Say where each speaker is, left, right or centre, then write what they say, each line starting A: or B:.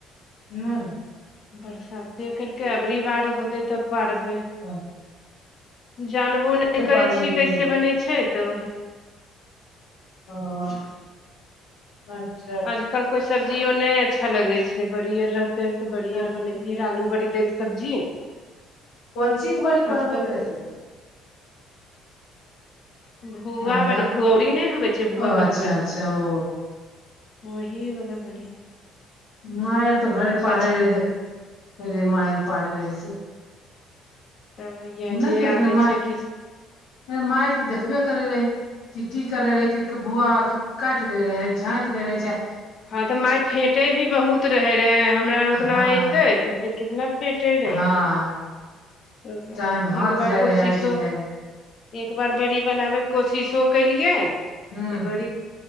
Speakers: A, on the left; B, on the left.
A: नय
B: बरसाते करिके अबरी बार होते तब पाड़बे
A: हह
B: जानबो नय करै
A: पारलियै
B: छीय कैसे बनै छै तऽ ओही
A: ओ हऽ अच्छा
B: आजकल कोई सब्जियो नय अच्छा लगय छै बड़ी ओर रहते तऽ बड़ी
A: हँ
B: ओर बनेतीयेै आलू बड़ी देग सब्जी
A: कोन ची क बरी बनबैत
B: आजकल
A: रही
B: भुआ
A: ह
B: बड़ी भुऔरी नहि होबै छै भुआ
A: ओ
B: बला
A: अच्छा
B: बड़ी
A: अच्छा ओ
B: ओही बला बड़ी
A: माय यर तऽ घर पार
B: अच्छा
A: रहै देख
B: हँ
A: माये पाड़े रहै
B: तब यादे
A: नय देख
B: आबै
A: रहे माय
B: छै कि
A: मायक तऽ देखबे करै रहे कि की करे रहै कि भूआके काइट देै रहै झाँकि देै रहै चा
B: हँ तऽ माय फेँटै भी बहुत रहे रहए हमरा आर
A: हँ
B: ओतना अयतै पहिले कितना फेँटै रहै
A: हँ
B: तब
A: टाइम हाथ
B: एक बार
A: जाय
B: कोशिशो
A: रहे ऐंठि जाय रहे
B: एक बार बड़ी बनाबे के कोशिशो केलियै तऽ
A: हूँ
B: बड़ी